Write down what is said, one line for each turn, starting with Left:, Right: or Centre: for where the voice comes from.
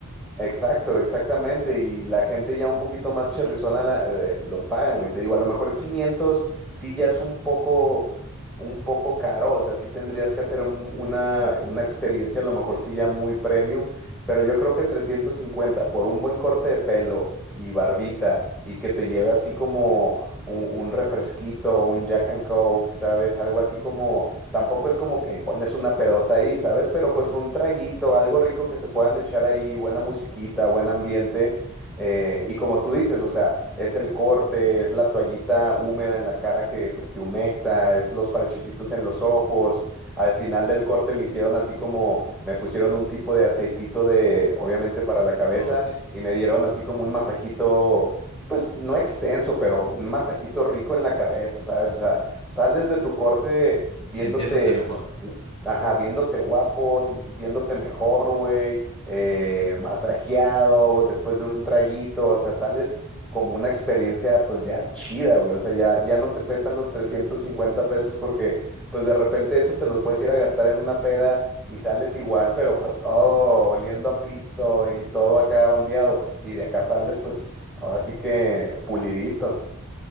Centre: Exacto, exactamente. Y la gente ya un poquito más cherrizona la- eh, lo pagan, güey. Te digo, a lo mejor 500 sí ya es un poco, un poco caro. O sea, sí tendrías que hacer un- una, una experiencia, a lo mejor sí ya muy premium. Pero yo creo que 350 por un buen corte de pelo y barbita y que te lleve así como un, un refresquito, un Jack and Coke, ¿sabes? Algo así como tampoco es como que ponles una pedota ahí, ¿sabes? Pero pues un traguito, algo rico que se puedan echar ahí, buena musiquita, buen ambiente. eh, y como tú dices, o sea, es el corte, es la toallita húmeda en la cara que pues te humecta, es los parchecitos en los ojos. Al final del corte me hicieron así como, me pusieron un tipo de aceitito de, obviamente para la cabeza,
Left: Oh, sí, sí.
Centre: y me dieron así como un masajito, pues no extenso, pero un masajito rico en la cabeza, ¿sabes? O sea, sales de tu corte viéndote,
Left: Sintiéndote mejor.
Centre: u- ajá, viéndote guapo, sintiéndote mejor, güey, eh, masajeado después de un traguito, o sea, sales como una experiencia pues ya chida, güey, o sea, ya, ya no te pesan los 350 pesos porque pues de repente esos te los puedes ir a gastar en una peda y sales igual, pero pues todo oliendo a pisto y todo acá ondeado y de acá sales pues ahora sí que pulidito.